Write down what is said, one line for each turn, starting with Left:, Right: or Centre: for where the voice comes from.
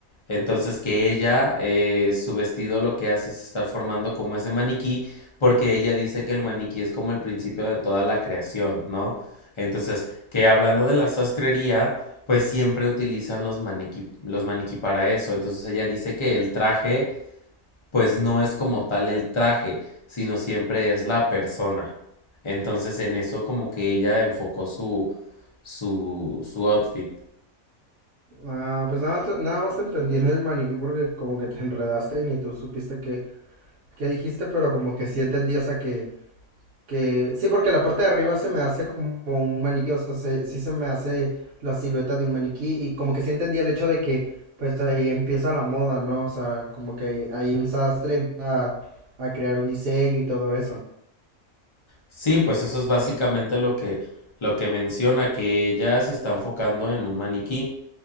Left: entonces que ella, eh, su vestido lo que hace es estar formando como ese maniquí, porque ella dice que el maniquí es como el principio de toda la creación, ¿no? Entonces, que hablando de la sastrería, pues siempre utilizan los maniquí, los maniquí para eso. Entonces ella dice que el traje, pues no es como tal el traje, sino siempre es la persona. Entonces en eso como que ella enfocó su, su, su outfit.
Right: Ah, pues nada, te- nada más te entendí en el maniquí porque como que te enredaste y ni tú supiste qué, qué dijiste, pero como que sí entendí, o sea, que, Que sí, porque la parte de arriba se me hace como un maniquí, o sea, se- sí se me hace la silueta de un maniquí y como que sí entendía el hecho de que pues ahí empieza la moda, ¿no? O sea, como que ahí un sastre empieza a, a crear un diseño y todo eso. ¿no?
Left: Sí, pues eso es básicamente lo que, lo que menciona, que ella se está enfocando en un maniquí.